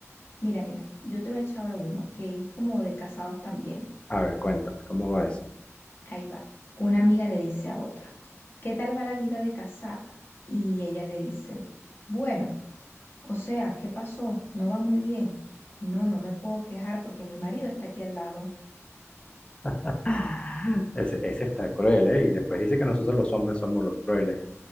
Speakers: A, on the left (about 45°); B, on the left (about 20°).
A: Mira, mira, yo te voy a echar ahora uno que es como de casados también.
B: A ver, cuéntame, ¿cómo va eso?
A: Ahí va. Una amiga le dice a otra, ¿qué tal va la vida de casada? Y ella le dice, bueno, o sea, ¿qué pasó? No va muy bien. No, no me puedo quejar porque mi marido está aquí al lado.
B: <laughs> Ah, Ese, ese está cruel, ¿eh? Y después dice que nosotros los hombres somos los crueles.